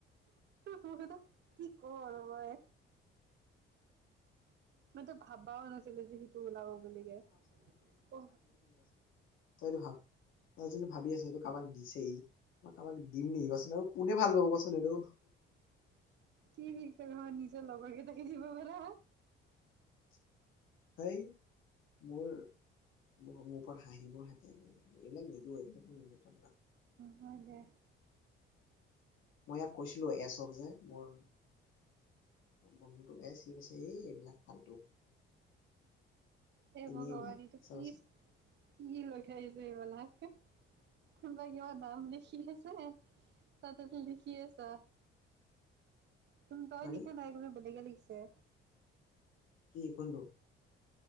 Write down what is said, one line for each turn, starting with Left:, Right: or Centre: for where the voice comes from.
Right: মোৰ কি কও আৰু মই। মই তো ভাবাও নাছিলো যে সিটো ওলাব বুলি কে অ।
Left: তইটো ভাব তই যোনটো ভাবি আছ এইটো কাৰোবাক দিছেই মই কাৰোবাক দিম নেকি কচোন আৰু কোনে ভাল পাব কচোন এইটো।
Right: কি সি ক, নিজৰ লগৰ কেতাকে দিব পাৰা।
Left: সেই মোৰ মোৰ ওপৰত হাঁহিবৰ হতে এইবিলাক নিদিওঁ এইবিলাক নিজৰ কাম না।
Right: মইজে
Left: মই ইয়াক কৈছিলো এচক যে মোৰ বন্ধুটো এচ সিছে এই এইবিলাক ফাল্টু।
Right: হে
Left: এনেই
Right: ভগৱান
Left: এইবিলাক
Right: এইটো
Left: চাবাচোন
Right: কিছ কি লগাই আহিছে এইবিলাক কোনোবা কিবা নাম লিখি আছে তাতে লিখি আছা। তুম তই
Left: মানে
Right: লিখা নাই বেলেগে লিখাছে। ছে
Left: কি কোনটো?